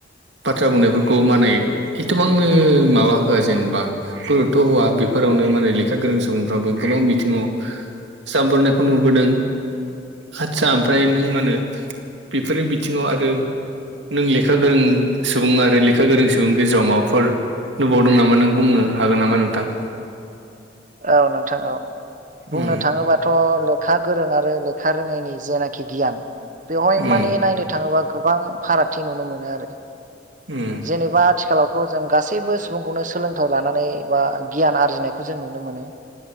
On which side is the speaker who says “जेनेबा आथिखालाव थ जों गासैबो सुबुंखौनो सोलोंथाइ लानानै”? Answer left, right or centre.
Right